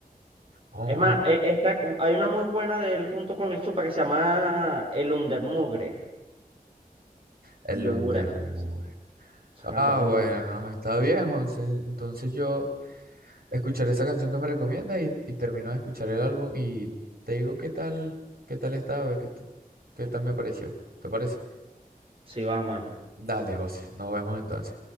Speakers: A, on the right (about 85°); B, on the right (about 35°).
A: oh,
B: Es más, e- esta, hay una muy buena de él junto con Lil Supa que se llama El Undermugre.
A: el
B: Dura
A: Undermoor.
B: esa canción. Esa
A: Ah,
B: canción es
A: bueno,
B: dura.
A: está bien, José. Entonces yo... escuchar esa canción que me recomiendas y, y termino de escuchar el álbum y te digo qué tal, qué tal estaba, qué, t- qué tal me pareció. ¿Te parece?
B: Sí, va, mano.
A: Dale, José, nos vemos entonces.